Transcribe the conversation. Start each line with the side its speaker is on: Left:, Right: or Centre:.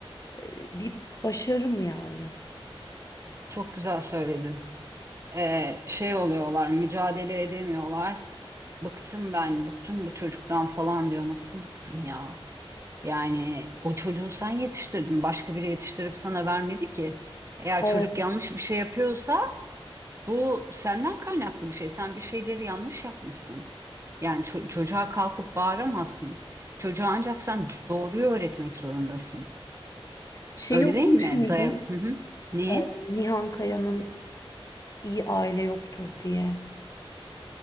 Left: Ee, Bir başarı mı yani?
Right: çok güzel söyledin. E, şey oluyorlar, mücadele edemiyorlar. Bıktım ben, bıktım bu çocuktan falan diyor. Nasıl bıktın ya? Yani o çocuğu sen yetiştirdin, başka biri yetiştirip sana vermedi ki. Eğer
Left: Ee,
Right: çocuk yanlış bir şey yapıyorsa Bu senden kaynaklı bir şey. Sen bir şeyleri yanlış yapmışsın. Yani ço- çocuğa kalkıp bağıramazsın. Çocuğa ancak sen doğruyu öğretmek zorundasın.
Left: şeyi
Right: Öyle
Left: okumuş
Right: değil mi?
Left: muydun?
Right: Dayak. Hı hı. Niye?
Left: Ee, Nihan Kaya'nın İyi Aile Yoktur diye